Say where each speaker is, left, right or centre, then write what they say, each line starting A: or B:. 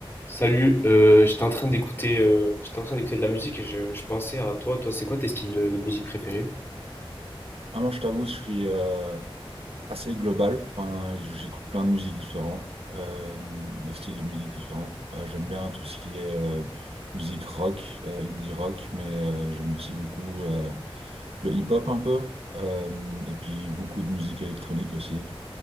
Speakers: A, on the left (about 25°); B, on the right (about 80°).
A: Salut, euh, j'étais en train d'écouter euh, j'étais en train d'écouter de la musique et je, je pensais à toi. Toi, c'est quoi tes styles de, de musique préférés?
B: Ah, moi, je t'avoue, je suis euh, assez global. Enfin, euh, j'écoute plein de musiques différentes, euh, de styles de musique différents. Euh, j'aime bien tout ce qui est euh, musique rock, euh, indie rock, mais euh, j'aime aussi beaucoup euh, le hip-hop un peu, euh, et puis beaucoup de musique électronique aussi.